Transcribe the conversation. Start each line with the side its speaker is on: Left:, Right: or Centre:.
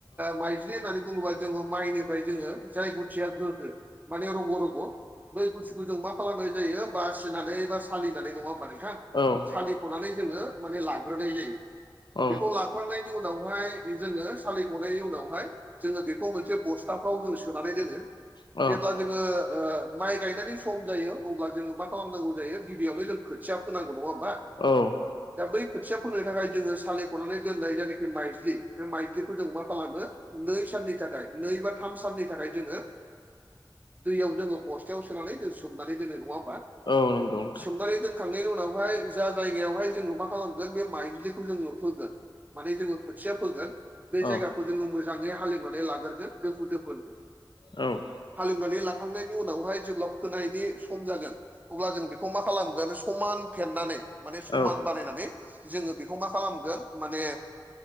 Right: माइज्रि होननानै बुंङोब्ला जोंङो माइनिफ्राय जोंङो फाय गुथिया जादों। माने रग' रग' बै गुथिखौ जों मा खालामनाय जायो बार सोनानै बा सालिनानै नंङा होमबा नोंथां
Left: औ
Right: सालिख'नानै जोंङो माने लाग्रोनाय जायो
Left: औ
Right: बेखौ ला सुखांनायनि उनावहाय जोङो सालि खनायनि उनावहाय जोङो बेखौ मोनसे बस्थाफ्राव जोङो सोनानै दोनो
Left: औ
Right: जेब्ला जोङो ओ माइ गायनायनि सम जायो अब्ला जोङो मा खालामनांगौ जायो गिबियावनो जों खोथिया फोनांगौ नङा ओमबा
Left: औ
Right: दा बै खोथिया फोननो थाखाय जोङो सालिख'नानै दोननाय जायनोखि माइज्लि बे माइज्लि खौ मा खालामो नै साननि थाखाय नै बा थाम साननि थाखाय जोङो दैयाव जोङो बस्थायाव सोनानै जों सोमनानै दोनो नङा ओमबा
Left: औ नंगौ नोंथां
Right: सोमनानै दोन खांनायनि उनावहाय जा जायगायावहाय जोङो मा खालामगोन बे माइज्लिखौ जोङो फोगोन माने जोङो खोथिया फोगोन बे
Left: औ
Right: जायगा खौ जोङो मोजाङै हाले एवनानै लाग्रोदो दोफो दोफोन
Left: औ
Right: हाल एवनानै लाखांनायनि उनावहाय जेब्ला फोनायनि सम जागोन अब्ला जों बेखौ मा खालामगोन समान फेननानै माने समान
Left: औ
Right: बानायनानै जोङो बेखौ मा खालामगोन माने